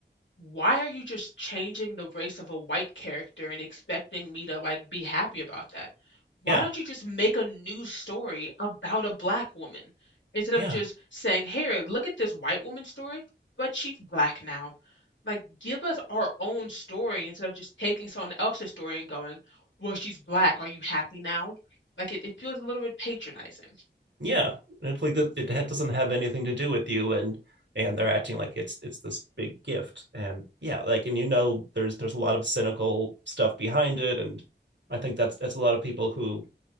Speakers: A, on the left (about 80°); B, on the right (about 75°).
A: why are you just changing the race of a white character and expecting me to like be happy about that? Why
B: Yeah,
A: don't you just make a new story about a black woman instead of
B: yeah.
A: just saying, "Here, look at this white woman story, but she's black now." Like give us our own story instead of just taking someone else's story and going, "Well, she's black. Are you happy now?" Like it, it feels a little bit patronizing.
B: yeah it's like that it ha- doesn't have anything to do with you and and they're acting like it's it's this big gift and yeah like and you know there's there's a lot of cynical stuff behind it and i think that's that's a lot of people who